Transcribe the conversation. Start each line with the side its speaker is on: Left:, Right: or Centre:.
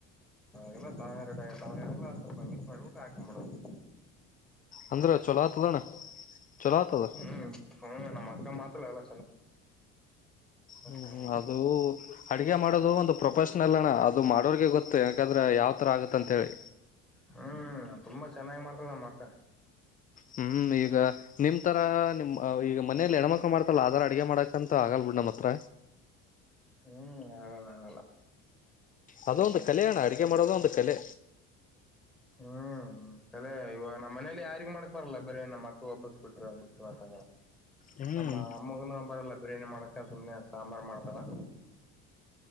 Centre: ಲ್ಲ ತ ಎರಡಾವಪ ಮಾಡ್ಬಿಟ್ಟು ಹಾಕಬಡೋದು
Left: ಅಂದ್ರ
Centre: ಅಷ್ಟ
Left: ಚೊಲೋ
Centre: ಹೋಗಾ
Left: ಆತದಣ್ಣ ಚೊಲೋ ಆತದ
Centre: ಹ್ಮ್ ಹ್ಮ ನಮ್ಮ ಮಾತ್ರ ಅಲ್ಲ
Left: ಹ್ಮ್
Centre: ನಮ್
Left: ಅದು ಅಡಗೆ ಮಾಡೋದು ಒಂದು ಪ್ರೊಪಶ ಲ್ಲಣ ಅದು ಮಾಡೋರ್ಗೆ ಗೊತ್ತು ಯಾಕಾದ್ರೆ ಯಾವ್ ತರ ಆಗತ್ತ ಅಂತ ಹೇಳಿ
Centre: ಹ್ಮ್ ತುಂಬಾ ಚೆನ್ನಾಗಿ ಮಾಡ್ತಲ್ಲ ನಮ್ಮ ಅಕ್ಕ
Left: ಹ್ಮ್ ಈಗ ನಿಮ ತರ ನಿಮ್ ಈಗ ಮನೇಯಲ್ಲಿ ಹೆಣ್ಮಕ್ ಮಾಡತಲ್ಲ ಆದರ ಅಡಿಗೆ ಮಾಡಕಂತ ಮ ಆಗಲ್ ಬಿಡ್ ನಮ್ಮ್ ಹತ್ರ
Centre: ಹ್ಮ್ ಆಗಲ್ಲ ಆಗಲ್ಲ
Left: ಅದ ಒಂದು ಕಲೆ ಅಣ್ಣ ಅಡಗೆ ಮಾಡೋದ ಒಂದು ಕಲೆ
Centre: ಹ್ಮ್ ಕಲೆ ಇವಾಗ ನಮ್ಮ ಮನೇಲಿ ಯಾರಿಗಗ್ ಮಾಡಕ್ ಬಾರಲ್ಲ ಬರೇ ನಮ್ಮ ಅಕ್ಕ ಒಬ್ಬಕ್ ಬಿಟ್ರ ಬಿಟ್ಟಂತ
Left: ಹ್ಮ್
Centre: ಆ ಅಮ್ಮಗನ ಬಳ ರೇನು ಮಾಡಕ್ಕೆ ಸುಮ್ಮನೆ ಸಾಂಬಾರು ಮಾಡ್ತವೆ